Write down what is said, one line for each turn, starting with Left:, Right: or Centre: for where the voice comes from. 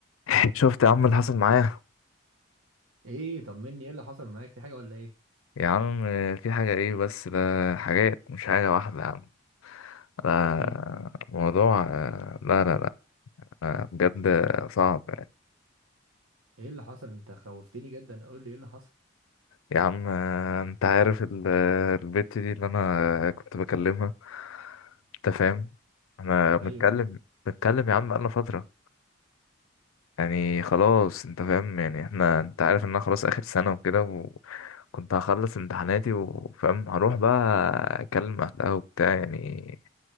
Left: <laughs> شفت يا عم اللي حصل معايا
Right: ايه طمني ايه اللي حصل معاك في حاجه ولا ايه
Left: يا عم في حاجة ايه بس ده حاجات مش حاجة واحدة يا عم لا
Right: احكي لي
Left: موضوع آه، لا لا لا آه، بجد صعب يعني
Right: ايه اللي حصل انت خوفتني جدا قول لي ايه اللي حصل
Left: يا عم آه، انت عارف ال- آه، البت دي اللي انا كنت بكلمها انت فاهم احنا بنتكلم
Right: ايوه ايوه
Left: بنتكلم يا عم بقالنا فترة يعني خلاص انت فاهم يعني احنا انت عارف ان انا خلاص اخر سنة وكده وكنت هخلص امتحاناتي وفاهم هروح بقى اكلم اهلها وبتاع يعني